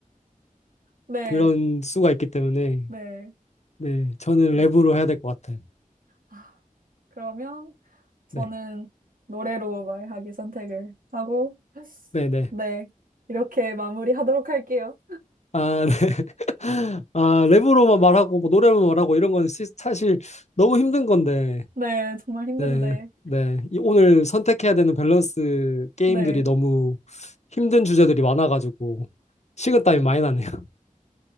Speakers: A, on the right (about 75°); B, on the left (about 50°).
A: 네,
B: 그런 수가 있기 때문에
A: 네.
B: 네, 저는
A: 어,
B: 랩으로 해야 될 것 같아요.
A: 아, 그러면, 저는
B: 네,
A: 노래로 말하기 선택을 하고,
B: 네, 네.
A: 네. 이렇게 마무리하도록 할게요.
B: 아, 네. <laughs> 아, 랩으로만 말하고, 뭐, 노래만 말하고, 이런 건 시- 사실 너무 힘든 건데,
A: 네, 정말 힘든데.
B: 네, 네. 이 오늘 선택해야 되는 밸런스 게임들이
A: 네.
B: 너무 힘든 주제들이 많아가지고, 식은땀이 많이 나네요. <laughs>